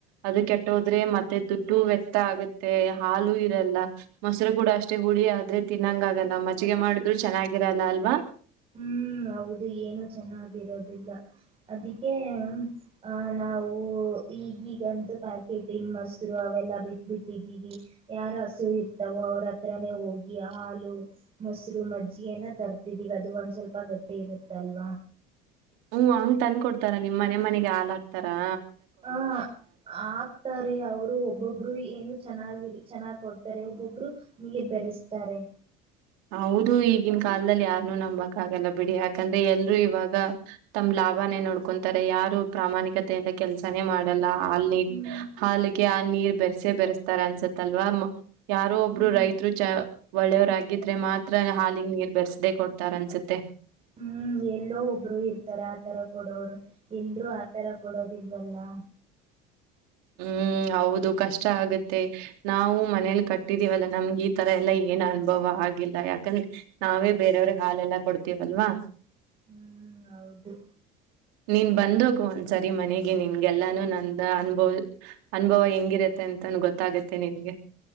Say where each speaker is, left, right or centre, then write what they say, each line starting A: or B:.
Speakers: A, on the right (about 85°); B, on the right (about 30°).
A: ಅದು ಕೆಟ್ಟೋದ್ರೆ ಮತ್ತೆ ದುಡ್ಡು ವ್ಯರ್ಥ ಆಗತ್ತೆ ಹಾಲು ಇರಲ್ಲ ಮೊಸರು ಕೂಡ ಅಷ್ಟೇ ಹುಳಿಯ ಆದ್ರೆ ತಿನ್ನಂಗ ಆಗಲ್ಲ ಮಜ್ಜಿಗೆ ಮಾಡಿದ್ರು ಚೆನ್ನಾಗಿರಲ್ಲ ಅಲ್ವಾ.
B: ಹ್ಮ್ ಹೌದು ಏನು ಚೆನ್ನಾಗಿರೋದಿಲ್ಲ ಅದಕ್ಕೆ ಆ ನಾವು ಈಗೀಗಂತೂ ಪ್ಯಾಕೆಟ ಇನ್ ಮೊಸ್ರು ಅವೆಲ್ಲ ಬಿಟ್ಬಿಟ್ಟಿದ್ದೀವಿ ಯಾರ ಹಸು ಇರ್ತಾವೋ ಅವ್ರ ಹತ್ರಾನೇ ಹೋಗಿ ಹಾಲು ಮೊಸ್ರು ಮಜ್ಜಿಗೇನ ತರ್ತಿದೀವಿ ಅದು ಒಂದ್ ಸ್ವಲ್ಪ. <unintelligible> ಗಟ್ಟಿ ಇರುತಲ್ವಾ.
A: ಹ್ಮ್ ಹಂಗ್ ತಂದ್ ಕೊಡ್ತಾರ ನಿಮ್ ಮನೆ ಮನೆಗೆ ಹಾಲಾಕತರಾ.
B: ಹಾ ಆಗ್ತಾರೆ ಅವರು ಒಬ್ಬೊಬ್ರು ಇ. ಏನು ಚೆನ್ನಾಗಿರಿ ಚೆನ್ನಾಗ್ ಕೊಡ್ತಾರೆ ಒಬ್ಬೊಬ್ರು ನೀರು ಬೆರೆಸ್ತಾರೆ.
A: ಹೌದು ಈಗಿನ ಕಾಲದಲ್ಲಿ ಯಾರನೂ ನಂಬಕ್ ಆಗಲ್ಲ ಬಿಡಿ ಯಾಕಂದ್ರೆ ಎಲ್ರೂ ಇವಾಗ ತಮ್ ಲಾಭನೇ ನೋಡ್ಕೊಂತಾರೆ ಯಾರು ಪ್ರಾಮಾಣಿಕತೆಯಿಂದ ಕೆಲ್ಸಾನೇ ಮಾಡಲ್ಲ ಹಾಲ್ ನೀ
B: ಹ್ಮ್
A: ಹಾಲಿಗೆ ಆ ನೀರ್ ಬೆರೆಸೆ ಬೆರೆಸ್ತಾರ ಅನ್ಸತ್ತಲ್ವಾ ಯಾರೋ ಒಬ್ರು
B: ಹ್ಮ್
A: ರೈತರು ಚ ಒಳ್ಳೆವರಾಗಿದ್. <unintelligible> ಮಾತ್ರನೆ ಹಾಲಿಗ್ ನೀರ್ ಬೆರೆಸ್ದೇ ಕೊಡ್ತಾರ ಅನ್ಸುತ್ತೆ.
B: ಹ್ಮ್ ಎಲ್ಲೋ ಒಬ್ರು ಇರ್ತಾರ ಆತರ ಕೊಡೋವರು ಎಲ್ರು ಆತರ ಕೊಡೋದಿಲ್ವಲಾ.
A: ಹ್ಮ್ ಹೌದು ಕಷ್ಟ ಆಗುತ್. ಮತ್ತೆ ನಾವು ಮನೇಲಿ ಕಟ್ಟಿದೀವಲ್ಲ ನಮ್ಗೆ ಈ ತರ ಎಲ್ಲಾ ಏನ್ ಅನುಭವ ಆಗಿಲ್ಲ ಯಾಕಂದ್ರೆ ನಾವೇ ಬೇರೆಯವ್ರಿಗೆ ಹಾಲೆಲ್ಲಾ ಕೊಡ್ತೀವಲ್ವಾ.
B: ಹ್ಮ್ ಹೌದು
A: ನೀನ್ ಬಂದೋಗುವಂತ್. ಸರಿ ಮನೆಗೆ ನಿನ್ಗೆಲ್ಲಾನು ನನ್. ಅನುಭವ ಅನುಭವ ಹೆಂಗಿರತ್ತೆ ಅಂತ ಅಂತನೂ ಗೊತ್ತಾಗುತ್ತೆ ನಿನ್ಗೆ.